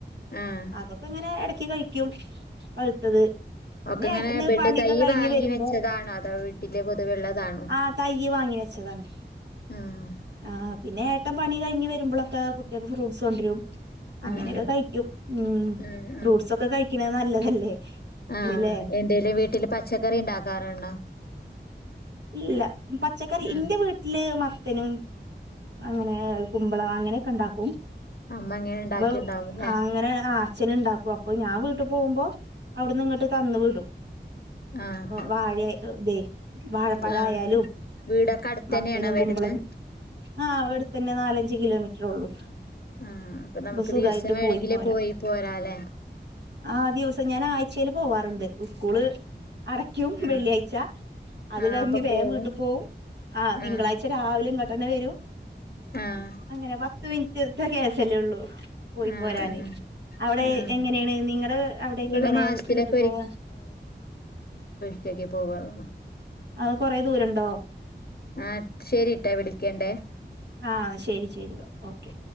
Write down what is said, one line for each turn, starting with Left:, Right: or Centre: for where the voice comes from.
Left: ആഹ്
Right: അതൊക്കെ ഇങ്ങനെ ഇടക്ക് കഴിക്കും പഴുത്തത് പിന്നെ
Left: ഒക്കെ ഇങ്ങനെ
Right: ഏട്ടന്
Left: ബെഡ്
Right: പണിയൊക്കെ
Left: തൈ
Right: കഴിഞ്ഞ്
Left: വാങ്ങി
Right: വരുമ്പോ
Left: വെച്ചതാണോ അതോ വീട്ടില് പൊതുവെുള്ളതാണോ
Right: ആ തയ്യ് വാങ്ങി വെച്ചതാണ്
Left: ആഹ്
Right: ആ പിന്നെ ഒട്ടം പണി കഴിഞ് വരുമ്പോൊക്കെട്ടികൾക്ക് ഫ്രൂട്ടസ് കൊണ്ടരും അങ്ങനെയൊക്കെ
Left: ആഹ്
Right: കഴിക്കും ഉം
Left: ആഹ്
Right: ഫ്രൂട്ട്സൊക്കെ കഴിക്കണ നല്ലതല്ലേ
Left: ആ
Right: ഇല്ലേ
Left: എന്തേലും വീട്ടില് പച്ചക്കറി ഉണ്ടാക്കാറുണ്ടോ
Right: ഇല്ല പച്ചക്കറി
Left: ആഹ്
Right: ഇന്റെ വീട്ടില് മത്തനും അങ്ങനെ കുമ്പളം അങ്ങനെയൊക്കെ ഉണ്ടാക്കും
Left: അമ്മ ഇങ്ങനെ ഇണ്ടാക്കിണ്ടാവുംല്ലേ
Right: അപ്പൊ അങ്ങനെ അച്ഛന ഉണ്ടാക്കും അപ്പൊ ഞാൻ വീട്ടിൽ പോകുമ്പോ അവിടുന്ന് ഇങ്ങോട്ട് തന്ന വിടും
Left: ആഹ്
Right: വാഴയ ഇതെ വാഴ പഴായാലും
Left: ആഹ് വീടൊക്കെ അടുത്തന്നെയാണോ
Right: മത്തനും കുമ്പളും
Left: വരുന്നെ
Right: ആ അടുത്തന്നെ നാലഞ്ച് അഞ്ചു കിലോമീറ്റർ ഉള്ളൂ
Left: ആഹ് അപ്പൊ നമുക്ക്
Right: സുഖമായിട്ട്
Left: ദിവസം വേണെങ്കില്
Right: പോയി പോരാ
Left: പോരാല്ലേ
Right: ആ ദിവസം ഞാൻ ആ ച്ചൽ പോവാറുണ്ട് സ്കൂള് അടക്കും
Left: ആഹ്
Right: വെള്ളിയാഴ്ച അത്
Left: ആഹ്
Right: കഴിഞ്ഞ്
Left: അപ്പൊ
Right: വേഗം
Left: പോവും
Right: വീട്ടിൽ പോകവും ആ തിങ്കളാഴ്ച
Left: ആഹ്
Right: രാവിലെുംഘട്ടനെ വരും
Left: ആഹ്
Right: അങ്ങനെ പത്ത മിനിറ്റ്ത്തെ കേസല്ലേ ഉള്ളു പോയി
Left: ആഹ്
Right: പോരാന്
Left: ആഹ്
Right: അവിടെ
Left: ആഹ്
Right: എങ്ങനെയാണ് നിങ്ങള അവിടേക്ക്
Left: ഇവിടെ
Right: എങ്ങനെയ
Left: മാസത്തിലൊക്കെ
Right: വീട്ടു പോവാ
Left: ഇടക്കൊക്കെ പോകറോ
Right: അത് കൊറേ ദൂരണ്ടോ
Left: ആ ശെരിട്ടാ വിളിക്കണ്ടേ
Right: ആ ശരി ശരിയ ഓക്കെ